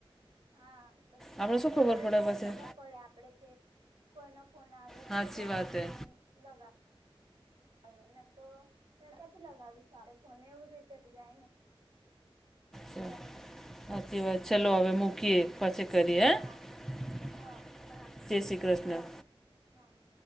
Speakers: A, on the right; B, in the centre.
A: હા પછી
B: આપણે
A: આપડે
B: શું ખબર
A: જોય
B: પડે
A: ત્યારે
B: પછી
A: ખબર પડે આપડે કે કોઈનો ફોન આવ્યો
B: સાચી
A: હતો ત્યારે
B: વાત
A: આપને
B: હે
A: લગાવ. હવેને તો ક્યાંથી લગાવીશું આપ ફોને એવું રીતે જાય ને
B: હમ્મ હાચી વાત ચલો હવે મૂકીએ. પછી કરીએ હ
A: હા હા થેન્ક યુ
B: જય શ્રી કૃષ્ણ.
A: હા.